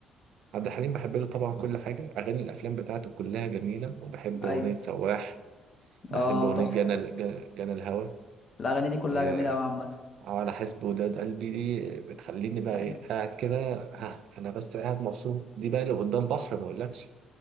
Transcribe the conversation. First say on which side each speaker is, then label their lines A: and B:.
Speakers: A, on the right (about 65°); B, on the left (about 35°).
A: عبد الحليم بحب له طبعا كل حاجه اغاني الافلام بتاعته كلها جميله وبحب
B: ايوه
A: اغنيه سواح بحب
B: اه
A: اغنيه
B: تحفة
A: جنى جنى جنى الهوى
B: الاغاني دي كلها
A: آه،
B: جميلة قوي عامة
A: على حسب وداد قلبي دي بتخليني بقى ايه
B: ايوه
A: قاعد كده ها انا بس قاعد مبسوط دي بقى اللي قدام بحر ما اقولكش